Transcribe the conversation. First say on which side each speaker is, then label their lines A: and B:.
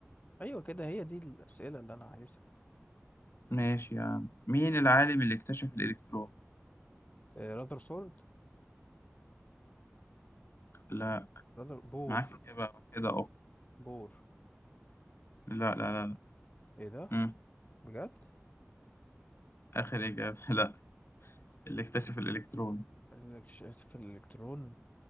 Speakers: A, on the left (about 30°); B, on the left (about 55°).
A: ايوه كده هي دي الاسئله اللي انا عايزها
B: ماشي يا عم مين العالم اللي اكتشف الالكترون
A: راذر سورد
B: لا
A: راذر بور
B: معاك اجابه كده اخرى
A: بور
B: لا لا لا لا
A: ايه ده
B: مم.
A: بجد
B: اخر اجابه <laughs> لا اللي اكتشف الالكترون
A: الكش- في الالكترون